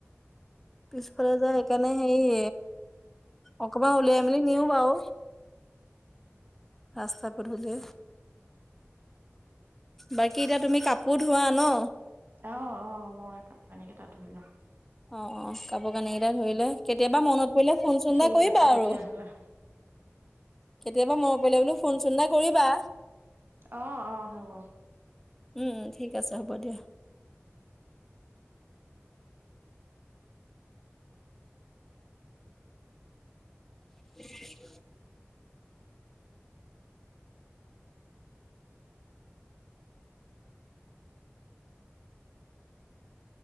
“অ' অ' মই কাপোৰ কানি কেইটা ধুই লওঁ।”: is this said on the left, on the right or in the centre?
Right